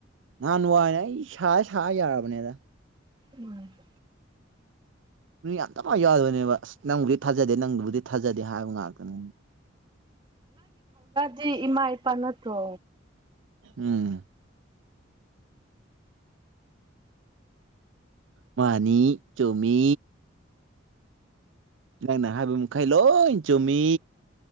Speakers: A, on the right (about 70°); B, on the right (about 25°).
A: ꯅꯍꯥꯟ ꯅꯨꯡꯉꯥꯏꯅꯦ ꯑꯩ ꯁꯥ ꯁꯥ ꯌꯥꯔꯕꯅꯦꯗ
B: ꯎꯝ
A: ꯑꯗ ꯃꯥ ꯌꯥꯗꯕꯅꯦꯕ ꯅꯪꯕꯨꯗꯤ ꯊꯥꯖꯗꯦ ꯅꯪꯗꯨꯕꯨꯗꯤ ꯊꯥꯖꯗꯦ ꯍꯥꯏꯕ ꯉꯥꯛꯇꯅꯤ
B: ꯁꯤ ꯏꯃꯥ ꯏꯄꯥ ꯅꯠꯇ꯭ꯔꯣ
A: ꯎꯝ ꯃꯅꯤ ꯆꯨꯃꯤ ꯅꯪꯅ ꯍꯥꯏꯕꯃꯈꯥꯏꯂꯣ ꯏ ꯆꯃꯤ